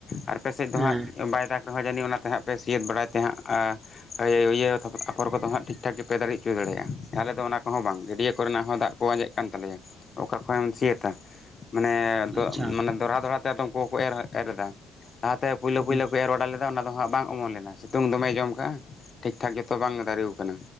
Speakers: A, on the left (about 40°); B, on the right (about 30°).
A: ᱟᱨ ᱟᱯᱮ ᱥᱮᱫ ᱫᱚ
B: ᱦᱮᱸ
A: ᱦᱟᱸᱜ ᱵᱟᱭ ᱫᱟᱜᱽ ᱨᱮᱦᱚᱸ ᱡᱟᱹᱱᱤᱡ ᱚᱱᱟᱛᱮ ᱦᱟᱸᱜ ᱯᱮ ᱥᱤᱭᱮᱛ ᱵᱟᱲᱟᱭ ᱛᱮ ᱦᱟᱸᱜ ᱟ ᱦᱳᱭ ᱤᱭᱟᱹ ᱛᱟᱯᱚᱨ ᱟᱯᱷᱚᱨ ᱠᱚᱫᱚ ᱦᱟᱸᱜ ᱴᱷᱤᱠ ᱴᱷᱟᱠ ᱜᱮᱯᱮ ᱫᱟᱲᱮ ᱦᱚᱪᱚ ᱫᱟᱲᱮᱭᱟᱜᱼᱟ ᱛᱟᱦᱚᱞᱮ ᱫᱚ ᱚᱱᱟ ᱦᱚᱸ ᱵᱟᱝ ᱜᱟᱹᱰᱭᱟᱹ ᱠᱚᱨᱮᱱᱟᱜ ᱦᱚᱸ ᱫᱟᱜ ᱠᱚ ᱟᱸᱡᱮᱫ ᱠᱟᱱ ᱛᱟᱞᱮᱭᱟ ᱚᱠᱟ ᱠᱷᱚᱱ ᱮᱢ ᱥᱤᱭᱟᱹᱛ ᱛᱟ ᱢᱟᱱᱮ
B: ᱟᱪᱪᱷᱟ
A: ᱢᱟᱱᱮ ᱫᱚᱲᱦᱟ ᱫᱚᱲᱦᱟ ᱛᱮ ᱟᱫᱚ ᱩᱱᱠᱩ ᱦᱚᱸᱠᱚ ᱮᱨ ᱮᱨ ᱮᱫᱟ ᱞᱟᱦᱟᱛᱮ ᱯᱳᱭᱞᱳ ᱯᱳᱭᱞᱳ
B: ᱦᱩᱸ
A: ᱠᱚ ᱮᱨ ᱵᱟᱲᱟ ᱞᱮᱫᱟ ᱚᱱᱟ ᱫᱚ ᱦᱟᱸᱜ ᱵᱟᱝ ᱚᱢᱚᱱ ᱞᱮᱱᱟ ᱥᱤᱛᱩᱝ ᱫᱚᱢᱮᱭ ᱡᱚᱢ ᱠᱟᱜᱼᱟ ᱴᱷᱤᱠ ᱴᱷᱟᱠ ᱡᱚᱛᱚ ᱵᱟᱝ ᱫᱟᱨᱮᱣ ᱠᱟᱱᱟ